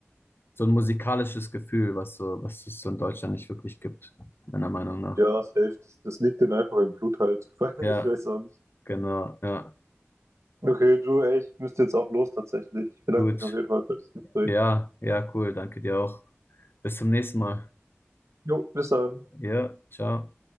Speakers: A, on the left (about 50°); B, on the right (about 80°).
A: so ein musikalisches Gefühl, was so, was es so in Deutschland nicht wirklich gibt, meiner Meinung nach.
B: Ja, safe. Das, das liegt denen einfach im Blut halt. <laughs>
A: Ja,
B: Ich weiß auch nicht.
A: genau. Ja,
B: Okay, du, ey, ich müsste jetzt auch los tatsächlich. Ich bedanke
A: gut.
B: mich auf jeden Fall für das Gespräch.
A: Ja, ja, cool. Danke dir auch. Bis zum nächsten Mal.
B: Jo, bis dann.
A: Ja, ciao.